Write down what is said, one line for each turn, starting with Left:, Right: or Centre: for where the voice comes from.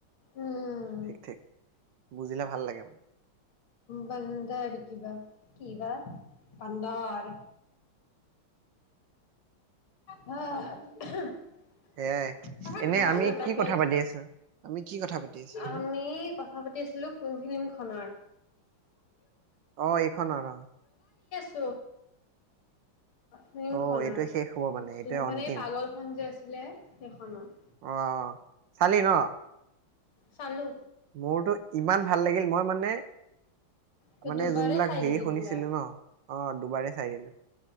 Left: উম
Right: ঠিক ঠিক বুজিলে ভাল লাগে মানে
Left: বান্ধৰ কিবা কি বা বান্দৰ গা
Right: বান্দৰ
Left: ই <inaudible>
Right: সেয়াই
Left: অঁ
Right: এনে আমি
Left: তাকে
Right: কি কথা পাতি আছো আমি কি কথা পাতি আছিলো
Left: আমি কথা পাতি আছিলো ফিল্ম খনৰ
Right: অঁ এইখনৰ অঁ
Left: ছ ফিল্ম
Right: অ
Left: খনৰ
Right: এইটোৱে শেষ হ'ব মানে এইটোৱে
Left: ফিল্ম খনৰ
Right: অন্তিম
Left: পাগল খন যে আছে হৈছিলে সেইখনত
Right: অঁ চালি ন
Left: চালো।
Right: মোৰতো ইমান ভাল লাগিল মই মানে
Left: ত
Right: মানে
Left: দুবাৰে
Right: যোনবিলাক
Left: চাই
Right: হেৰি
Left: দিলি
Right: শুনিছিলো
Left: পুৰা
Right: ন' অ, দুবাৰে চাই দিম।